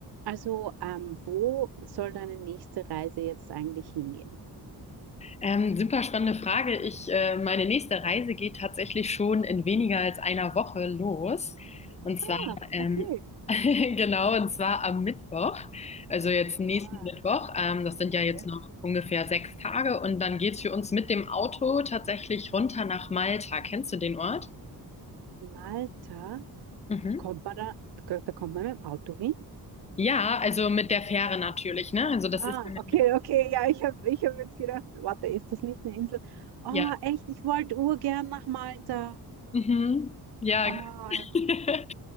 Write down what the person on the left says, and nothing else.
Ähm, super spannende Frage. Ich, äh, meine nächste Reise geht tatsächlich schon in weniger als einer Woche los. Und zwar,
ähm,
<laughs> genau, und zwar am Mittwoch. Also jetzt nächsten
Mittwoch. Ähm, das sind
ja jetzt noch ungefähr sechs Tage. Und dann geht's für uns mit dem Auto tatsächlich runter nach Malta. Kennst du den Ort?
Mhm.
Ja, also mit der Fähre natürlich, ne? Also das
ist, genau,
ja.
Mhm. Ja.
<laughs>